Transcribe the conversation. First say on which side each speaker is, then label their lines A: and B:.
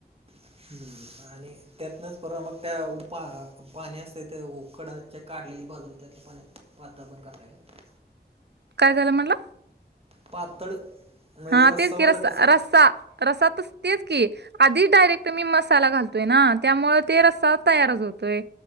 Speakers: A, on the right; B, on the right.
A: हम्म <unintelligible> आणि त्यातनच परवा मग त्या उपार पाणी असते ते उकडाच्या काढलेली बाजू त्याच्या पाणी वातळ पण करता येतय.
B: काय झालं म्हटलं?
A: पातळ म्हणजे
B: हा
A: रस्सावालं
B: तेच की रस्सा
A: कसं
B: रस्सा रसा तर तेच की आधीच डायरेक्ट मी मसाला घालतोय ना त्यामुळे ते रस्ता तयारच होतोय.